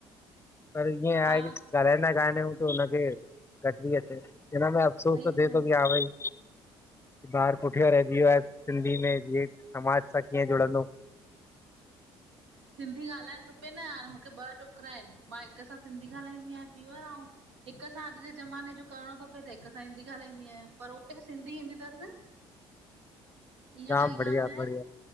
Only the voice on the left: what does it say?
पर ईंएं आहे
की, ॻाल्हाइंदा कान आह्यूं, तो उनखे घट ती अचेस, हिन में
सो त थे
तो, की हा भई ॿार पुठ्यां रहजी वियो आहे। सिंधी में, जींएं समाज सां कीअं जुड़ंदो?
जाम
बढ़िया
बढ़िया